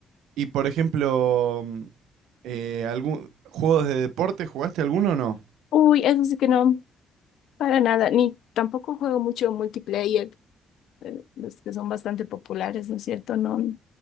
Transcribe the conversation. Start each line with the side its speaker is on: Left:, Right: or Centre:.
Right: Y por ejemplo, mm, eh, algún, ¿juegos de deporte jugaste alguno o no?
Left: Uy, eso sí que no, para nada, ni tampoco juego mucho multiplayer, eh, los que son bastante populares, ¿no es cierto? No,